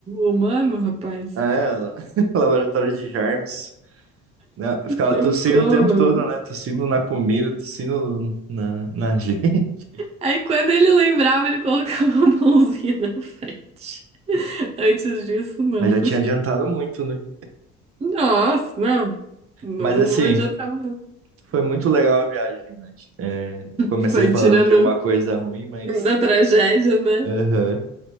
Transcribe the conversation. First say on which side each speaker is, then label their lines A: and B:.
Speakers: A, on the right; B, on the right.
A: humano, rapaz.
B: é, la- <laughs> laboratório de germes. né? Eu ficava
A: Socorro.
B: tossindo o tempo todo, né? Tossindo na comida, tossindo no- na, na gente. <laughs>
A: Aí quando ele lembrava, ele colocava a <laughs> mãozinha na frente. Antes disso, não.
B: Mas já tinha adiantado muito, né?
A: Nossa, não. Não,
B: Mas assim,
A: não adiantava, não.
B: foi muito legal a viagem, né? É, comecei
A: Foi
B: falando
A: tirando
B: de uma coisa ruim, mas.
A: da tragédia, né?
B: Aham.